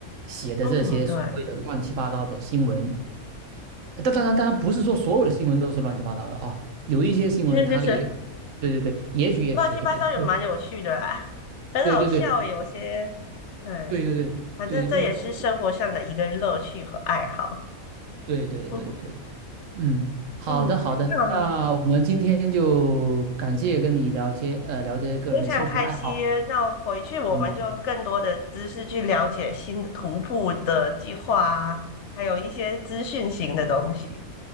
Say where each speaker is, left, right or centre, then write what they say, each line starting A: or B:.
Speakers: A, on the right; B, on the left.
A: 写的这些所谓的乱七八糟的新闻。
B: 嗯，对，
A: 当当然，当然不是说所有的新闻都是乱七八糟的啊，
B: 嗯，
A: 有一些新闻它也，
B: 是是是，
A: 对对对，也许也写的比较客观，
B: 乱七八糟也蛮有趣的啊 <laughs> 很好笑耶有些。
A: 对对对
B: 对，
A: 对对对对，
B: 反正这也是生活上的一个乐趣和爱好。
A: 就是说，对对对对，
B: <laughs> 嗯
A: 嗯，好的好的，
B: 嗯，那。
A: 那我们今天就感谢跟你聊些呃聊这些个人的兴趣爱好，
B: 非常开心。那回去我们就更多的知识去了解新的徒步的计划啊，
A: 嗯，
B: 还有一些资讯型的东西。